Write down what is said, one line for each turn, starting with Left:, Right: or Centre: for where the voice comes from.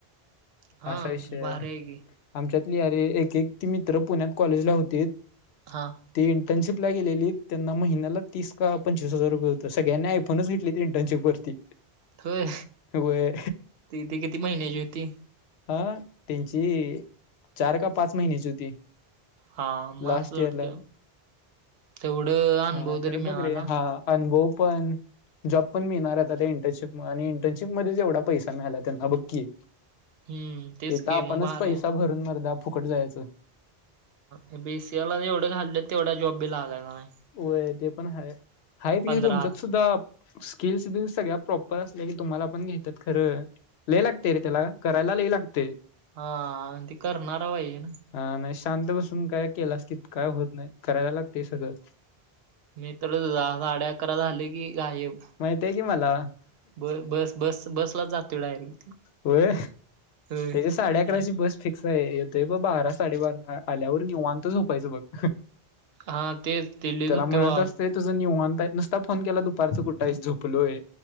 Right: हा
Left: असा विषय
Right: भारी आहे की
Left: आमच्यातली अरे एक एक ती मित्र पुण्यात कॉलेजला होतीत.
Right: हां.
Left: ते इंटर्नशिपला गेले त्यांना महिन्याला तीस का पंचवीस हजार रुपये होतं सगळ्यांना ऐ आपनच घेतली त इंटर्नशिप वरती.
Right: होय
Left: होय
Right: ती ती किती महिन्याची होती.
Left: हा त्यांची चार का पाच महिन्याची होती.
Right: हा म
Left: लास्ट
Right: अस जोडते
Left: इयरला
Right: तेवढं. अनुभव
Left: हा खरं
Right: तरी
Left: बघ
Right: मिळाला.
Left: रे हा अनुभव पण. जॉब पण मिळणार आता त्या इंटर्नशिप आणि इंटर्नशिपमध्येध्ये जेवढा पैसा मिळाला त्यांना बघकी.
Right: हम्म तेच
Left: येेत
Right: की
Left: आपणच
Right: मग भारी
Left: पैसा
Right: आहे.
Left: भरून मरदा फुकट जायचो.
Right: ह बीसीला एवढे खाल्ले तेवढ्या जॉबी लागायला नाही.
Left: य ते पण ह आहेत
Right: पंधरा
Left: घे तुमच्यात सुद्धा स्किल्स बल्स सगळ्या प्रॉपर असल्या की तुम्हाला पण घेतात खरं ल लागते रे त्याला. पळायला लय लागते.
Right: आणि तेी करणारा पाजे.
Left: अ नाही शांत काय की काय होत नाही करायला लागते सगळं.
Right: मी तर दहा साडे अकरा झाले की गायब
Left: माहितय कि मला
Right: ब बस बस बसलाच जातोय डायरेक्ट.
Left: होय.
Right: होय.
Left: त्याची साडे अकरा
Right: काय
Left: ची बस फिक्स आहे येतोय ब बारा साडेबारा आल्यावर निवांतच झोपायचं बघ.
Right: हा तेच तेल्लीच
Left: त्याला म्हणत
Right: तेव्हा.
Left: असते तुझं निय म्हणताय नुसता फोन केला दुपारचं कुठं आहे झोपलोय.